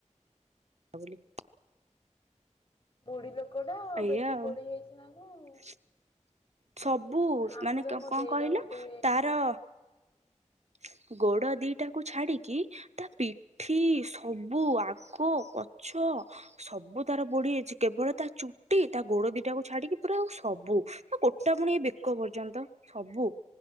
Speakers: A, on the right (about 60°); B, on the left (about 45°).
A: ତା ବୋଲି।
B: ବୁଢୀ ଲୋକ ଟା
A: ଏଇଆ
B: ବେଶୀ
A: ଆଉ
B: ପଢି ହୋଇଛି ନା କଣ
A: <inaudible> ସବୁ
B: ଆମର
A: ମାନେ କଣ
B: ମୋ ଦେଇର
A: କହିଲ
B: ଗୋଟେ
A: ତାର ହ ଗୋଡ ଦିଟାକୁୁ ଛାଡିକି ତା ପିଠି ସବୁ ଆଗ ପଛ। ହ ସବୁ ତାର ପୋଡ଼ିଯାଇଛି କେବଳ ତା ଚୁଟି ତା ଗୋଡ ଦିଟାକୁୁ ଛାଡିକି ପୁରା ଆଉ ସବୁ। ଗୋଟା ପୁଣି ଏ ବେକ ପର୍ଯ୍ୟନ୍ତ ସବୁ